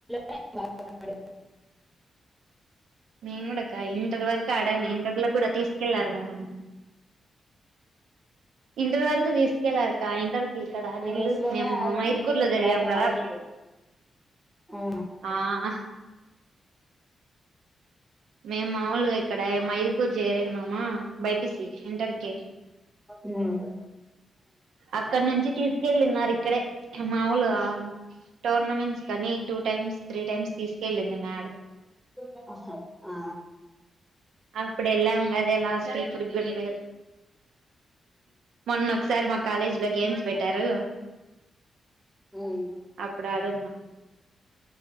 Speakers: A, in the centre; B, on the right.
A: ప బాడ
B: మేము కూడా ఇంటర్ వరకు ఆడాన్ని ఇంటర్లో కూడా తీసుకెళ్ళారు మమ్మల్ని ఇంటర్ వరకు తీసుకెలారక్క ఇంటర్ కి ఇక్కడ
A: టూ
B: నెల్లూరు
A: డేస్ లోనే
B: మేము
A: ఆడినది
B: మైదుకూరులో
A: తర్వాత
B: చదివాం కదా
A: లేదు ఉ
B: ఆ మేం మాముూలుగా ఇక్కడ మైదుకూరు చేర మామా బైపిసి ఇంటరికే
A: ఉ
B: అక్కనుంచి తీసుకెళ్ళన్నారు ఇక్కడే మాములుగా టోర్నమెంట్స్ కానీ టూ టైమ్స్ త్రీ టైమ్స్ తీసుకెళ్ళింది మేడ
A: అ ఆ
B: అప్పుడ ఎలా ఉకా అదే లాస్ కురుగుర్ల మొన్న ఒక ఒకసారి మా కాలేజ్ లో గేమ్స్ పెట్టారు
A: ఉమ్,
B: అప్పుడు ఆడ మే